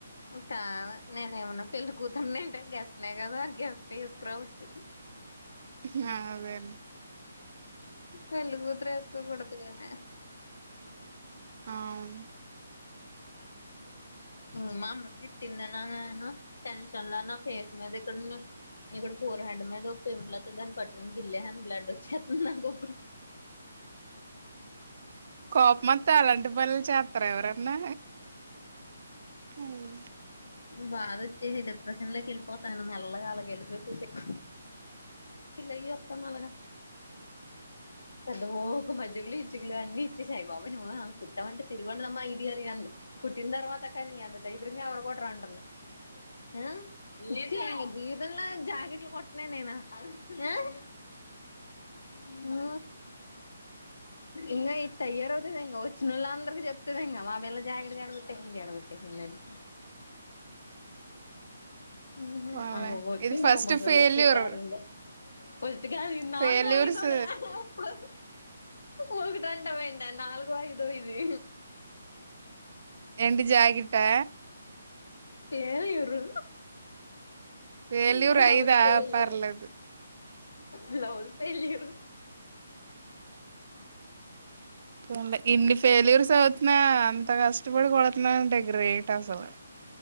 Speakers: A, on the left; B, on the right.
A: కాదు నేను ఏమన్నా పెళ్ళి కూతుర్నా ఎంటె గెస్ట్నే కదా గెస్ట్ యేసుకురావచ్చు.
B: హఅదే
A: పెళ్లి కూతురు యేసుకోకుడదు గాని.
B: అవును
A: ఇంగా మా అమ్మ తిట్టిందనా నేను టెన్షన్ లో నా ఫేస్ మీద ఇక్కడ ఇక్కడ ఫోర్ హెడ్ మీద ఒక పింపుల్ అత్తే దాన్ని పట్టుకుని గిల్లేసాన్ బ్లడ్ వచ్చేత్తుంది నాకుప్పుడు.
B: కోపమత్తే అలాంటి పనులు చేత్తరా ఎవరన్నా. అయో
A: బాదవచ్చేసి డిప్రెషన్ లోకి ఎళ్ళిపోతాను మెల్లగా అలగా ఎళ్ళిపోయి కూసేక్కు ఇల్లకు చేప్తా మళ్ళగా పెద్దవో ఒక మజ్జుగులు ఇచ్చుగులు అన్ని ఇచ్చేసాయి బాబు ఓసి నీమోహం కుట్టమంటే తిరుగండలమ్మా ఇది అది అంది. కుట్టిన తర్వాత కానీ నీఅంత దరిద్రంగా ఎవరు కుట్టరు అంటుంది. ఆ చీ ఇగా జీవితంలో జాకెట్లు కుట్టనె నేను. ఆ హు ఇంగో ఇంగా ఇది తయారవుతది ఇంగా వచ్చినోళ్ళ అందరికి చెప్తుంది ఇంగా మా పిల్లా జాకిట్ కాడ కుట్టేసి చెడగొట్టేసిందని. హుహ్
B: పోన్లే
A: ఆమె వచ్చి
B: ఇది
A: నువ్వు
B: ఫస్ట్
A: ముసల్ది
B: ఫెయిల్యూర్
A: చి <inaudible> లే ఫస్ట్ కాదు ఇది నాలుగో
B: ఫెయిల్యూర్స్
A: ఐదోనే ఇప్పుడు. ఒకటి అంటా వెంటే నాలుగో ఐదో ఇది.
B: ఏంటి జాకెట్టా
A: పేరుయుర్రు
B: ఫెయిల్యూర్
A: బ్లౌజ్
B: అయిదా
A: ఫేల్యూర్
B: పర్లేదు
A: బ్లౌజ్ ఫేల్యూర్
B: ఉంది ఇన్ని ఫేల్యూర్స్ తో వచ్చినా అంత కష్టపడి కుడుతున్నారంటే గ్రేట్ అసలు